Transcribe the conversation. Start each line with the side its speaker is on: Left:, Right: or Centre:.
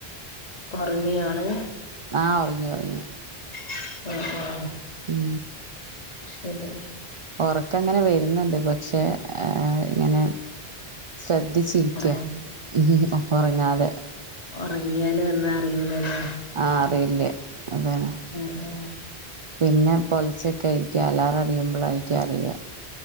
Left: ഒറങ്ങിയോ ആള്
Right: ആഹ് ഒറങ്ങി ഒറങ്ങി
Left: <inaudible>
Right: ഉം
Left: ശരി
Right: ഒറക്കങ്ങന വര്ന്ന്ണ്ട് പക്ഷെ അ എ ഇങ്ങനെ ശ്രദ്ധിച്ചിരിക്ക
Left: ഒറ
Right: ഉം ഒറങ്ങാതെ
Left: ഒറങ്ങിയാലൊന്നു അറിയൂലല്ലൊ
Right: ആഹ് അറിയില്ലേ അതാണ്
Left: ആഹ്
Right: പിന്നെ പൊലച്ചൊക്കൊയിരിക്കും അലാറ അടിയുമ്പോഴായിരി ക്കുംഅറിയാം